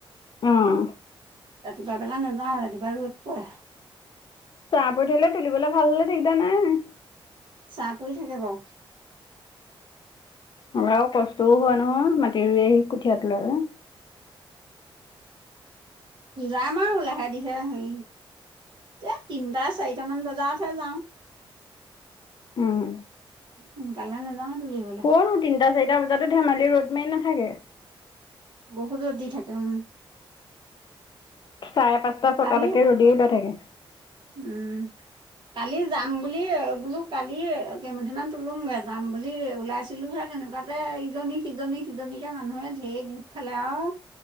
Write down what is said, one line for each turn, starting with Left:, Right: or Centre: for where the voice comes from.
Left: অঁ
Right: দুটা বেলা নাযাওঁ ৰাতিপা ৰ'দ পৰে।
Left: চাহ পৰি থাকিলে, তুলিবলৈ ভাল হলে দিগদাৰ নাই।
Right: চাহ পৰি থাকে বাৰু।
Left: আৰু কষ্টও হয় নহয়, মাটি ৰুই আহি কঠীয়া তোলালে।
Right: যাম আৰু লাহে দেহিয়ে হেৰি- এ তিনটা চাৰিটামান বজাতহে যাওঁ।
Left: উম
Right: সোনকালে নাজাওঁ তোলিবলে।
Left: অ তিনিটা চাৰিটা বজাতো ধেমালি ৰদ মাই নাথাকে,
Right: বহুত ৰ'দ দি থাকে অ
Left: চাৰে পাঁচটা ছটালৈকে
Right: কালি
Left: ৰদেই ওলাই থাকে
Right: উম কালি যাম বুলি বোলো কালি কেইমুথি মান তোলোংগে যাম বুলি ওলাইছোঁ, ছিলো হে তেনেকুৱাতে ইজনী সিজনী সিজনীকে মানুহে ঢেৰ গোট খালে আৰু